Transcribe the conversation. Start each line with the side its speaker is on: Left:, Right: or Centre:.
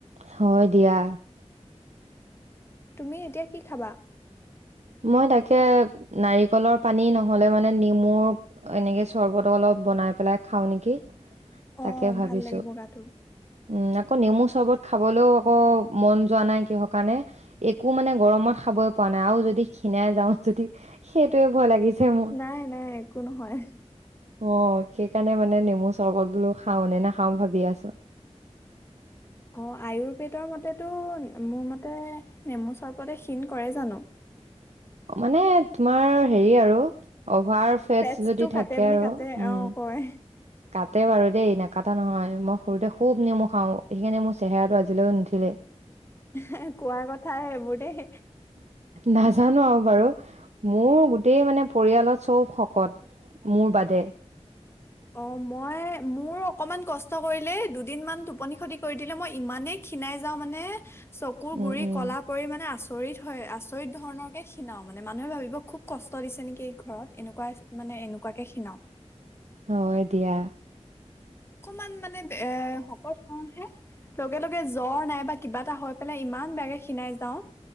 Right: হয় দিয়া
Left: তুমি এতিয়া কি খাবা
Right: মই তাকে নাৰিকলৰ পানী নহ'লে মানে নেমু এনেকে চৰ্বত অলপ বনাই পেলাই খাওঁ নেকি তাকে
Left: অ
Right: ভাবিছোঁ।
Left: ভাল লাগিব গাতটো
Right: উম, আকৌ নেমু চৰ্বত খাবলৈও আকৌ মন যোৱা নাই কিহৰ কাৰণে একো মানে গৰমত খাব বনাও যদি ষীণাই যাওঁ যদি সেইটোৱে ভয় লাগিছে মোৰ।
Left: নাই নাই একো নহয়
Right: অ সেইকাৰণে মানে নেমু চৰ্বত বোলো খাও নে নাখাও ভাবি আছো
Left: অ আয়ুৰ্বেদৰ মতেতো মোৰ মতে নেমু চৰ্বতে ক্ষীণ কৰে জানো
Right: মানে তোমাৰ হেৰি আৰু অভাৰ ফেটছ
Left: তেজটো
Right: যদি থাকে
Left: কাটে বুলি
Right: আৰু
Left: কাটে
Right: উম
Left: অ কয়
Right: কাটে বাৰু দেই নাকটা নহয় মই সৰুতে খুব নেমু খাওঁ সেইকাৰণে মোৰ চেহেৰাটো আজিলৈও নুঠিলে
Left: এ কোৱা আগত থায় বোটেই
Right: নাজানো আৰু বাৰু, মোৰ গোটেই মানে পৰিয়ালত চব শকত মোৰ বাদে।
Left: অ', ময়-মোৰ অকমান কষ্ট কৰিলে, দুদিনমান টোপনি খতি কৰি দিলে। মই ইমানেই ক্ষীণাই যাওঁ মানে চকুৰ
Right: উম,
Left: গুৰি
Right: উম,
Left: কলা পৰি, মানে আচ আচৰিত হয়। আচৰিত ধৰণৰকে ক্ষীণাও, মানে মানুহে ভাবিব খুব কষ্ট দিছে নেকি এইক ঘৰত। এনেকুৱাহ মানে এনেকুৱাকে ক্ষীণাও।
Right: হয় দিয়া।
Left: অকমান মানে এ শকত হ‌ওঁ হে। লগে-লগে জ্বৰ নাই বা কিবা এটা হৈ পেলাই ইমান বেয়াকে ক্ষীণাই যাওঁ